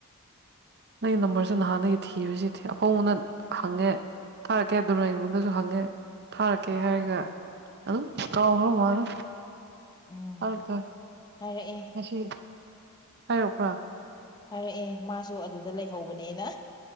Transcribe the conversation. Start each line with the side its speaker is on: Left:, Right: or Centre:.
Right: ꯅꯪꯒꯤ ꯅꯝꯕꯔꯁ ꯅꯍꯥꯟꯗꯒꯤ ꯊꯤꯕꯁꯤꯗꯤ ꯑꯄꯣꯡꯕꯅ ꯍꯪꯉꯦ ꯊꯥꯔꯛꯀꯦ ꯑꯗꯨꯅ ꯏꯃꯨꯡꯗꯁꯨ ꯍꯪꯉꯦ ꯊꯥꯔꯛꯀꯦ ꯍꯥꯏꯔꯒ ꯑꯗꯨꯝ ꯄꯥꯎꯕ꯭ꯔ ꯃꯥꯂꯦ
Left: ꯎꯝ
Right: ꯍꯗ
Left: ꯍꯥꯏꯔꯛꯑꯦ
Right: ꯉꯁꯤ ꯍꯥꯏꯔꯛꯄ꯭ꯔꯥ
Left: ꯍꯥꯏꯔꯛꯑꯦ ꯃꯥꯁꯨ ꯑꯗꯨꯗ ꯂꯩꯍꯧꯕꯅꯦꯅ